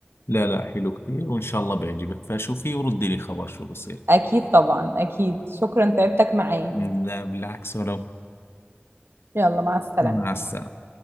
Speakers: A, on the left (about 80°); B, on the right (about 75°).
A: لا لا حلو كثير وان شاء الله بيعجبك، فشوفيه وردي لي خبر شو بصير.
B: اكيد طبعا اكيد شكرا تعبتك معايا
A: لا بالعكس، ولو
B: يلا مع السلامه
A: مع السلامه.